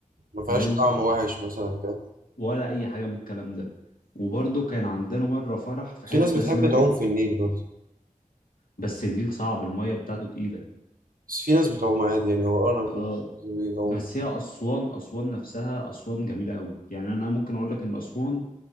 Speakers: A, on the right (about 85°); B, on the left (about 80°).
A: ما فيهاش
B: فاهم
A: طعم وحش مثلا كده
B: ولا اي حاجه من الكلام ده وبرده كان عندنا مره فرح في
A: بس
B: حته
A: في ناس بتحب
B: اسمها
A: تعوم
B: إد
A: في النيل برضه
B: بس النيل صعب الميه بتاعته تقيله
A: بس في ناس بتعوم عادي يعني هو انا
B: اه
A: بيعوم
B: بس هي أسوان أسوان نفسها أسوان جميلة قوي يعني أنا ممكن أقول لك إن أسوان